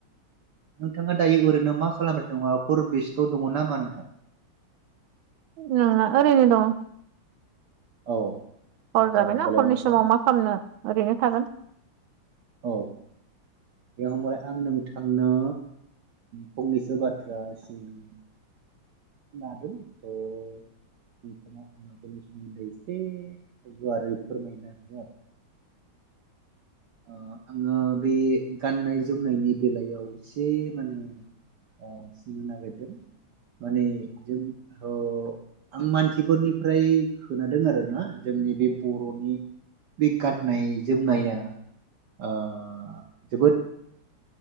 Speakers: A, on the right; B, on the right.
A: नोंथाङा दायो ओरैनो मा खालामबाय दं माबाफोर बेस्ट' दङ नामा?
B: नंङा ओरैनो दं।
A: औ।
B: हर
A: आदसा
B: जाबायना
A: होमबालाय
B: हरनि
A: मोजां
B: समाव मा खालामनो ओरैनो थागोन।
A: औ बे होमबालाय आं नोंथांनो फंनैसो बाथ्रा सोंनो लादों थ' नोंथाङा आ बेनिफोरनि सोमोन्दै एसे गुवारै फोरमायनो हो आरो ओ आङो बे गाननाय जोमनायनि बेलायाव एसे माने ओ सिनो नागेददों। माने जों ओ आं मानसिफोरनिफ्राय खोनादों आरोना जोंनि बे बर'नि बे गाननाय जोमनाया आं जोबोद